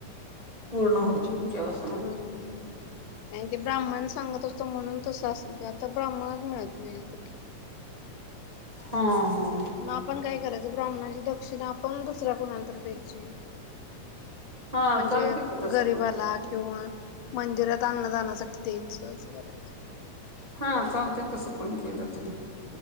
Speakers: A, on the right (about 35°); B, on the left (about 85°).
A: पूर्ण होची पूजास् <unintelligible>
B: हं, हं. नाही ते, ब्राह्मण सांगत असतो म्हणून तसं असेल की, आता ब्राह्मणच मिळत नाहीे कुठे.
A: हा, हा.
B: मग आपण काय करायचं, ब्राह्मणाची दक्षिणा आपण दुसऱ्या कुणाला तर द्याय- ची, म्हणजे
A: हा चालते की तसं
B: गरीबाला
A: पण
B: किंवा- मंदिरात अन्नदानासाठी द्यायचं असं करायचं.
A: हा, चालत तस पण केलं तरी